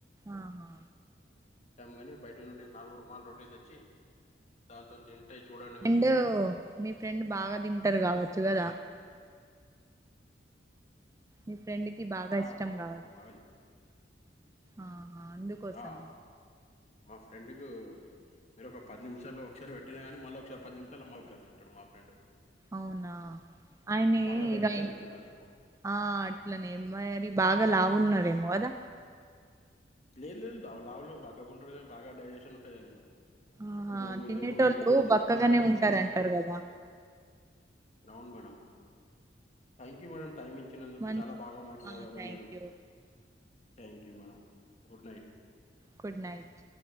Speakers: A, on the right (about 15°); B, on the left (about 40°).
A: ఆహా
B: కాని బయటి నుండి నాలుగు రుమాల్ రోటీ తెచ్చి దాంతో చూడండి
A: అండ్ మీ ఫ్రెండ్ బాగా తింటరు కావచ్చు
B: మేడం
A: గదా
B: ఇగ
A: మీ ఫ్రెండ్ కి బాగా
B: అ
A: ఇష్టం
B: మా
A: కావచ్చు
B: ఫెండ్ బాగా తింటాడు
A: ఆహా అందుకోసం
B: ఆ మా ఫ్రెండ్ కు మీరు ఒక పది నిమిషాలు ఒకసారి పెట్టినా గానీ మళ్ళీ ఒకసారి పది నిమిషల్లో మా ఒకసారి తింటాడు మా ఫ్రెండ్
A: అవునా ఆయన్ని
B: బాగా డైజెషన్
A: ఇగ
B: అయితదా నీకు
A: ఆ అట్లనే మరి బాగా లావున్నారేమో గదా
B: లేదు లేదు లావు బక్కకుంటాడు కానీ బాగా డైజెషన్ ఉంటాయి ఆయనకు
A: ఆహా
B: ఇప్పుడు మీరు మీర
A: తినేటోళ్ళు
B: ఒక మీ ఇంటికి పిలిచి
A: బక్కగానే
B: పది నిమిషాలుతున్ను
A: ఉంటారంటారు
B: అంటే
A: కదా
B: అవును madam thank you madam time ఇచ్చినందుకు
A: మంచి
B: చాలా బాగా మాట్లాడాడు
A: thank
B: madam
A: you
B: thank you madam good night
A: good night